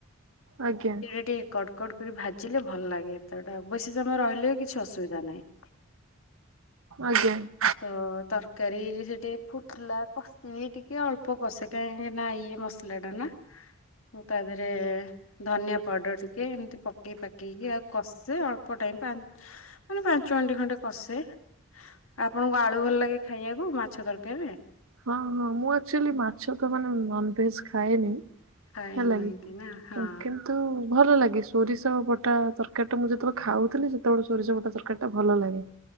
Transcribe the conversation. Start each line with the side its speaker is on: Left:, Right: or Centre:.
Right: ଆଜ୍ଞା
Left: ଏଇଡା ଟିକେ କଡ କଡ କରି ଭାଜିଲେ ଭଲ ଲାଗେ ତ ଏଇଟା ବେଶୀ ସମୟ ରହିଲେ ବି କିଛି ଅସୁବିଧା ନାହିଁ।
Right: ଆଜ୍ଞା।
Left: ତ ତରକାରୀ ସେ ଟିକେ ଫୁଟିଲା କଷିବି ଟିକେ ଅଳ୍ପ କଷେ କାହିଁକି ନା ଇଏ ମସ ଲା ଟାନା କୁ ତାପରେ ଧନିଆ ପାଉଡର ଟିକେ ଏମତି ପକେଇ ପାକେଇକି ଆଉ କଷେ ଅଳ୍ପ ଟାଇମ୍ ପା ମାନେ ପାଞ୍ଚ ମିନିଟ୍ ଖଣ୍ଡେ କଷେ ଆପଣଙ୍କୁ ଆଳୁ ଭଲ ଲାଗେ ଖାଇବାକୁ ମାଛ ତରକାରୀ ରେ।
Right: ହଁ ହଁ ମୁଁ ଏକ୍ଚୁଆଲି ମାଛ ତ ମାନେ ନନ ଭେଜ ଖାଏନି
Left: ଖାଏନାହାନ୍ତି
Right: ହେଲାକି ତ
Left: ନା ହଁ
Right: କି ନ୍ତୁ ଭଲ ଲାଗେ ସୋରିଷ ବଟା ତରକାରୀ ଟା ମୁଁ ଯେତେବେଳେ ଖାଉଥିଲି ସେତେବେଳେ ସୋରିଷ ବଟା ତରକାରୀ ଟା ଭଲ ଲାଗେ।